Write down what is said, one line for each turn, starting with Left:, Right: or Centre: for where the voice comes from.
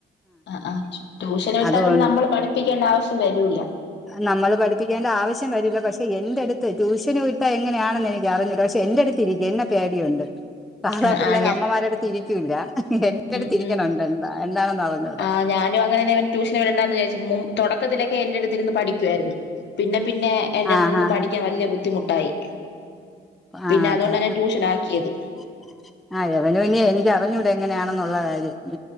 Left: അ ആ ട്യൂഷന് വിട്ടാൽ
Centre: അതുകൊണ്ട്
Left: പിന്നെ നമ്മൾ പഠിപ്പിക്കേണ്ട ആവശ്യം വരൂല്ല
Centre: നമ്മള് പഠിപ്പിക്കേണ്ട ആവശ്യം വരൂല പക്ഷെ എൻ്റെടുത്ത് ട്യൂഷന് വിട്ടാ എങ്ങനെയാണെന്ന് എനിക്ക് അറിഞ്ഞൂട പക്ഷെ എന്റെടു എന്നെ പേടിയണ്ട് പാതാ
Left: ആ
Centre: പിള്ളേർ
Left: ആ ഞാ
Centre: അമ്മമാരോടെ തിരിക്കല്ല ഇട്ട്
Left: ഉം
Centre: തിരിക്കണുണ്ട്
Left: ഉം
Centre: എന്താ എന്താണെന്ന് അറിഞ്ഞുടാ
Left: ആഹ് ഞാനും അങ്ങനെ ട്യൂഷന് വിടണ്ടന്ന് വിചാരിച്ച തുടക്കത്തിലൊക്കെ എന്റെ അടുത്തിരുന്ന് പഠിക്കുയിരുന്നു പിന്നെ പിന്നെ എന്റെ അടുത്തുനിന്ന്
Centre: ആഹ് ആഹ്
Left: പഠിക്കാൻ വല്യ ബുദ്ധിമുട്ടായി
Centre: ആഹ്
Left: പിന്നെ
Centre: അതാ
Left: അതുകൊണ്ടാണ് ഞാൻ ട്യൂഷൻ ആക്കിയത്
Centre: <inaudible> ആഹ് യവനുവിനയ എനിക്കറിഞ്ഞൂട എങ്ങനെയാണെന്നുള്ള കാര്യം